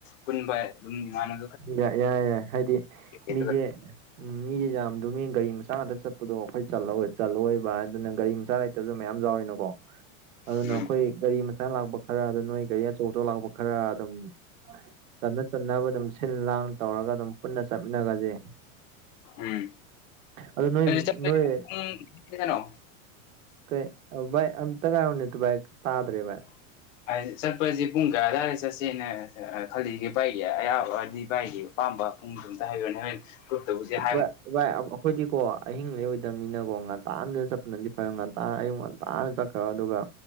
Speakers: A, on the left; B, on the right.
A: ꯄꯨꯟꯕ ꯑꯗꯨꯝ ꯃꯥꯅ
B: ꯌꯥꯏ ꯌꯥꯏ ꯍꯥꯏꯗꯤ
A: ꯑꯗꯨꯒ
B: ꯃꯤꯁꯦ ꯎꯝ ꯃꯤꯁꯦ ꯌꯥꯝꯗꯅꯤ ꯒꯥꯔꯤ ꯃꯆꯥ ꯑꯗ ꯆꯠꯄ ꯗꯣ ꯑꯩꯈꯣꯏ ꯆ ꯆꯠꯂꯣꯏꯕ ꯑꯗꯨꯅ ꯒꯥꯔꯤ ꯃꯆꯥ ꯂꯩꯇꯕꯁꯨ ꯃꯌꯥꯝ ꯌꯥꯎꯋꯤꯅꯀꯣ ꯑꯗꯨꯅ
A: ꯎꯝ
B: ꯑꯩꯈꯣꯏ ꯒꯥꯔꯤ ꯃꯆꯥ ꯂꯥꯛꯄ ꯈꯔ ꯑꯗꯨ ꯅꯣꯏ ꯒꯥꯔꯤ ꯑꯆꯧꯕꯗꯧ ꯂꯥꯛꯄ ꯈꯔ ꯑꯗꯨꯝ ꯆꯠꯅ ꯆꯟꯅꯅꯕ ꯑꯗꯨꯝ ꯁꯤꯜ ꯂꯥꯡ ꯇꯧꯔꯒ ꯑꯗꯨꯝ ꯄꯨꯟꯅ ꯆꯠꯃꯤꯟꯅꯒꯁꯦ
A: ꯎꯝ
B: ꯑꯗ ꯅꯣꯏ
A: ꯑꯗꯨ ꯆꯠꯄꯁꯦ
B: ꯅꯣꯏ
A: ꯄꯨꯡ ꯀꯩꯅꯣ
B: ꯀ ꯥꯏ ꯑꯝꯇ ꯀꯥꯏ ꯑꯃꯅꯤꯅꯤ ꯇꯨ ꯥꯏ ꯇꯥꯗ꯭ꯔꯦ ꯥꯏ <inaudible>
A: <unintelligible> ꯆꯠꯄꯁꯦ ꯄꯨꯡ ꯀꯌꯥꯗꯥꯋꯥꯏꯗ ꯆꯠꯁꯦꯅ ꯈꯜꯂꯤꯒꯦ ꯕꯥꯥꯏꯒꯤ ꯑꯌꯥꯕꯗꯤ ꯕꯥꯥꯏꯒꯤ ꯑꯄꯥꯝꯕ ꯄꯨꯡꯗ ꯑꯝꯇ ꯍꯥꯏꯈ꯭ꯔꯅꯦ ꯍꯥꯢꯌꯨꯅꯦ ꯀꯠꯇꯕꯨ ꯌꯥ <inaudible>
B: ꯚꯏ ꯑꯩꯈꯣꯏꯗꯤꯀꯣ ꯑꯍꯤꯡ ꯂꯩꯔ ꯃꯤꯅꯀꯣ ꯉꯟꯇꯥ ꯑꯃꯗ ꯆꯠꯄꯅꯗꯤ ꯈꯔ ꯉꯟꯇꯥ ꯑꯌꯨꯛ ꯉꯟꯇꯥꯅ ꯆꯠꯈ꯭ꯔꯣ ꯑꯗꯨꯒ